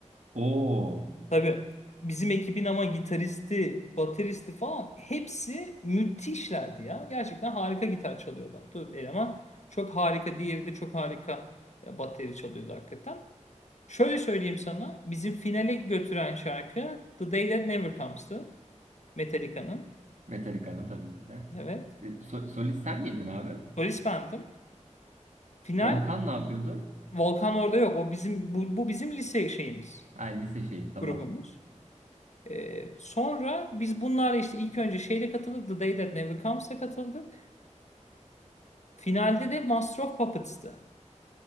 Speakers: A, on the right; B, on the left.
A: o
B: Tabii bizim ekibin ama gitaristi, bateristi falan hepsi müthişlerdi ya. Gerçekten harika gitar çalıyorlardı. Eleman çok harika, diğeri de çok harika e, bateri çalıyordu hakikaten. Şöyle söyleyeyim sana, bizim finale götüren şarkı The Day That Never Comes'tı. Metallica'nın.
A: Metallica'nın tabii ki de.
B: Evet.
A: E, so- solist sen miydin abi?
B: Polis bendim. Final
A: Volkan ne yapıyordu?
B: Volkan orada yok. O bizim bu, bu bizim lise şeyimiz,
A: Ha, lise şeyi tamam.
B: grubumuz. Ee, sonra biz bunlarla işte ilk önce şeyle katıldık. The Day That Never Comes'a katıldık. Finalde de Master of Puppets'tı.